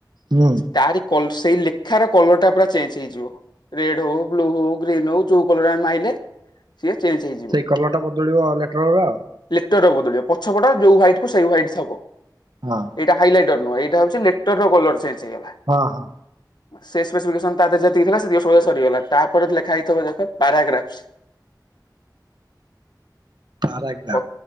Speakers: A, on the right; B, on the left.
A: ହୁଁ
B: ତାରି କଲ୍ ସେଇ ଲେଖାର କଲରଟା ପୁରା ଚେଞ୍ଜ ହେଇଯିବ। ରେଡ୍ ହଉ ବ୍ଲୁ ହଉ ଗ୍ରୀନ୍ ହଉ ଯୋଉ କଲର ଆମେ ମାଇଲେ ସିଏ ଚେଞ୍ ହେଇଯିବ।
A: ସେଇ କଲର ଟା ବଦଳିବ ଲେଟର ର ଆଉ।
B: ଲେଟରରବଦଳିବ ପଛପଟ ଯୋଉ ହ୍ୱାଇଟକୁ ସେଇ ହ୍ୱାଇଟ୍ ହବ
A: ହଁ
B: ଏଇଟା ହାଇଲାଇଟର ନୁହଁ ଏଇଟା ହେଉଛି ଲେଟରର କଲର ଚେଞ୍ଜ ହେଇଗଲା।
A: ହଁ ହଁ
B: ସେ ସ୍ପେସିଫିକେସନ ତା ଦେହରେଯେତିକି ଥିଲା ସତିକ ସବୁ ସରିଗଲା ତାପରେ ଲେଖା ହେଇଥିବ ଦେଖ ପାରାଗ୍ରା୍ପାସ
A: ପାରାଗ୍ରାଫ
B: ପ